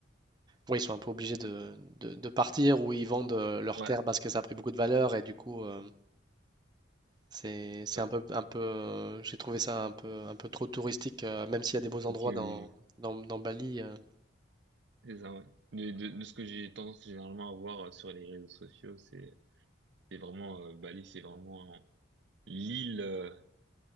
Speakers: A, on the right; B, on the right.
A: ouais, ils sont un peu obligés de, de- de partir ou ils vendent euh, leurs
B: Ouais.
A: terres parce que ça a pris beaucoup de valeur et du coup, euh, c'est, c'est
B: O-
A: un peu, un peu, euh, j'ai trouvé ça un peu, un peu trop touristique, euh, même s'il y a des beaux endroits
B: Ok, oui.
A: dans,
B: oui.
A: dans, dans Bali. euh,
B: C'est ça, ouais. De, de, de ce que j'ai tendance généralement à voir euh, sur les réseaux sociaux, c'est, c'est vraiment, euh, Bali, c'est vraiment euh, l'île. euh,